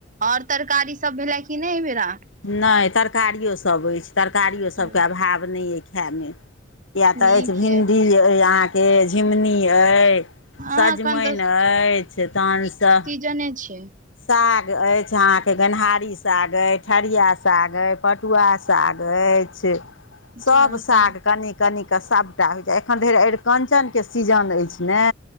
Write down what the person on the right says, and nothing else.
आओर तरकारी सब भेलै कि नहि ऐ बेरा
चलू
नीक
यै
हँ
एखन
जनै छियै
चलू
तहन